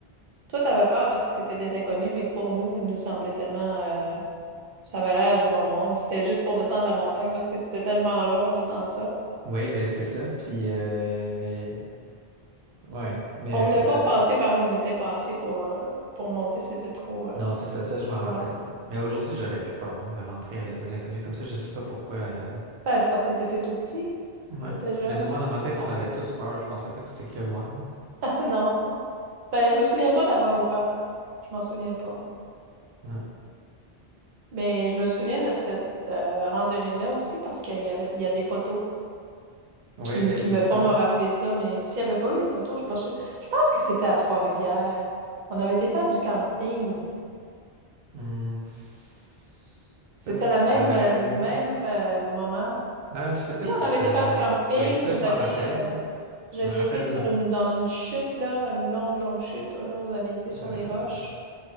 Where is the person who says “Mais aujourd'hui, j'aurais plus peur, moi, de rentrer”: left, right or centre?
Right